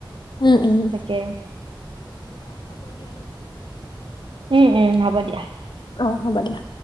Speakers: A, on the left; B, on the right.
A: উম উম
B: তাকে উম উম হ'ব দিয়া
A: অঁ হ'ব দিয়া